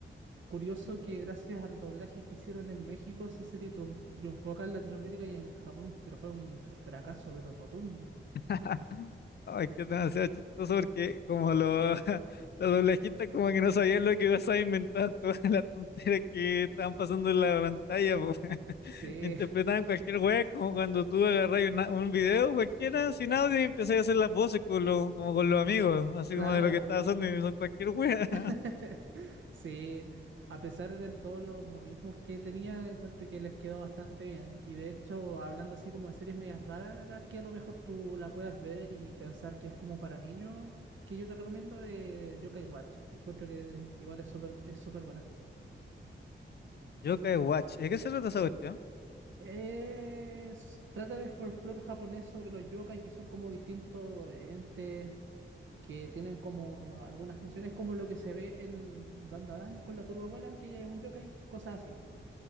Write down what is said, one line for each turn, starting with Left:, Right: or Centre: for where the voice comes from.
Right: curioso que gracias al doblaje que hicieron en México, esa serie triun- triunfó acá en Latinoamérica y en Japón, pero fue un fracaso, pero rotundo.
Left: <laughs> Ay, que es demasiado chistoso porque como lo, <laughs> la doblajita como que no sabía lo que ibas a inventar, <laughs> todas las tonteras que estaban pasando en la pantalla, po. <laughs>
Right: Sí,
Left: Interpretaban cualquier wea, como cuando tú agarras una- un video cualquiera sin audio y empezás a hacer las voces con los, como con los amigos,
Right: <laughs>
Left: así
Right: claro,
Left: como de lo que
Right: como
Left: estaba haciendo y son cualquier wea. <laughs>
Right: <laughs> Sí, a pesar de todos los modismos que tenía, encuentro que les quedó bastante bien. Y de hecho, hablando así como de series medias raras, que a lo mejor tú la puedas ver y pensar que es como para niños, que yo te recomiendo eh, Yokai Watch. Encuentro que igual es súper es súper buena.
Left: Yokai Watch, ¿de qué se trata esa cuestión?
Right: Es- trata del folclore japonés sobre los yokai, que son como distintos entes que tienen como algunas funciones, como lo que se ve en Dandadan con la turbabuela, que ella es un yokai, cosas así.